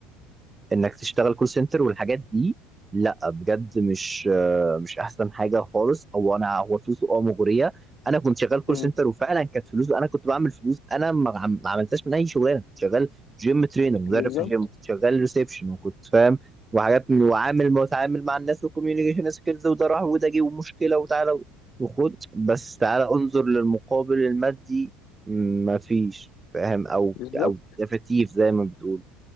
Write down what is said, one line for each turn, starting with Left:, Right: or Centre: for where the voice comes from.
Right: انك تشتغل كول سنتر والحاجات دي لا بجد مش آه، مش احسن حاجه خالص او انا هو فلوسه اه مغريه انا كنت شغال كول
Left: م.
Right: سنتر وفعلا كانت فلوسه انا كنت بعمل فلوس انا ما عم- ما عملتهاش من اي شغلانه كنت شغال جيم ترينر مدرب
Left: بالظبط
Right: في جيم كنت شغال ريسبشن وكنت فاهم وحاجات من وعامل متعامل مع الناس وكوميونيكيشن سكيلز وده راح وده جه ومشكله وتعالى وخد بس تعالى انظر للمقابل المادي ما فيش فاهم او
Left: بالظبط
Right: او تفتيف زي ما بتقول